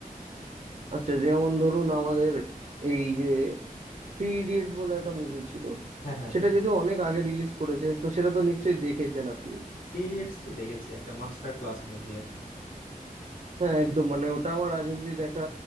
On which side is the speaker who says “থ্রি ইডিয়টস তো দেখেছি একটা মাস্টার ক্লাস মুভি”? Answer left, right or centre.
Left